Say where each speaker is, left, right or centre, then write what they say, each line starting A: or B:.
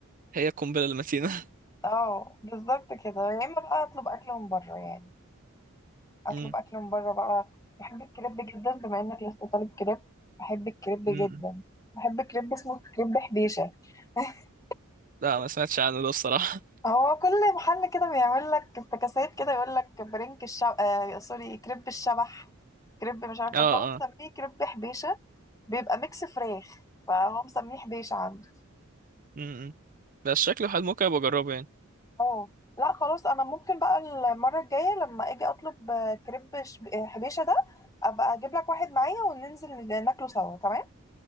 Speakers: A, on the right (about 40°); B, on the left (about 15°).
A: هي القنبلة المتينة <laughs>
B: اه بالظبط كده يا اما بقى اطلب اكل من بره يعني اطلب
A: مم.
B: اكل من بره بقى بحب الكريب جدا بما انك لسه طالب كريب بحب الكريب
A: مم.
B: جدا بحب كريب اسمه كريب حبيشة <laughs>
A: لا ما سمعتش عنه ده الصراحة
B: هو كل محل كده بيعمل لك افتكاسات كده يقول لك برنك الشب آه سوري كريب الشبح كريب مش عارفة
A: <laughs> اه
B: إيه. فهو
A: اه
B: مسميه كريب حبيشة بيبقى ميكس فراخ فهو مسميه حبيشة عنده
A: مم. بس شكله حلو ممكن ابقى اجربه يعني
B: اه لا خلاص انا ممكن بقى المره الجايه لما اجي اطلب آه، كريب ش- آه، حبيشه ده ابقى اجيب لك واحد معايا وننزل ناكله سوا تمام